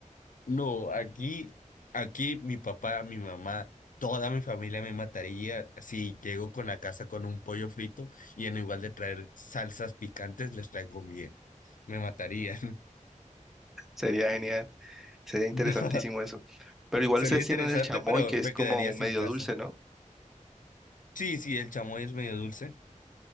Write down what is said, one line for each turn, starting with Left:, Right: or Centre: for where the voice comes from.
Left: No, aquí, aquí mi papá, mi mamá, toda mi familia me mataría si llego con la casa con un pollo frito y en lugar de traer salsas picantes les traigo miel. Me matarían. <laughs>
Centre: Sería genial, sería interesantísimo
Left: No,
Centre: eso. Pero igual
Left: sería
Centre: ustedes
Left: interesante,
Centre: tienen el chamoy,
Left: pero
Centre: que es
Left: me
Centre: como
Left: quedaría sin
Centre: medio
Left: casa.
Centre: dulce, ¿no?
Left: Sí, sí, el chamoy es medio dulce.